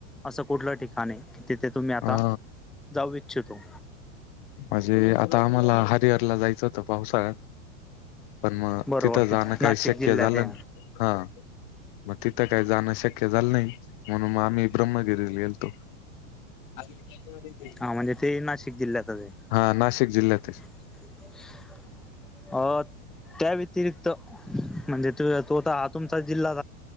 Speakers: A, in the centre; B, on the left.
A: असं कुठलं ठिकाण आहे की तिथे तुम्ही आता
B: हा
A: जाऊच तो
B: म्हणजे आता, आम्हाला हरिहरला जायचं होत पावसाळ्यात. पण मग
A: बरोबर
B: तिथं जाणं
A: ते
B: काही
A: नाशिक
B: शक्य
A: जिल्ह्यात
B: झालं
A: आहे
B: नाही हा. मग तिथं काही जाणं शक्य झालं नाही म्हणून म आम्ही ब्रह्मगिरीले गेलतो. <unintelligible>
A: हा म्हणजे ते नाशिक जिल्ह्यातच आहे.
B: हा नाशिक जिल्ह्यात आहे.
A: <inaudible> अ त्या व्यतिरिक्त म्हणजे त तोता हा तुमचा जिल्हा